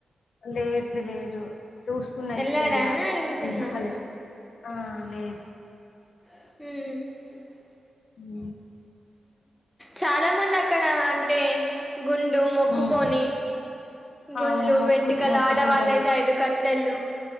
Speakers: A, on the left (about 65°); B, in the centre.
A: లేదు లేదు చూస్తున్నా
B: వెళ్ళారా
A: ఇప్పుడే ఇగ
B: అని అడుగుతున్నాను
A: వెళ్ళాలి ఆఅ లేదు
B: హు
A: ఊ
B: చాలా మంది అక్కడ అంటే గుండు మొక్కుకొని
A: హ్మ్
B: గుండ్లు
A: అవును మొక్కు
B: వెంటుకలు,
A: మొక్కుకుంటారు
B: ఆడవాళ్ళు అయితే ఐదు కతేళ్ళు.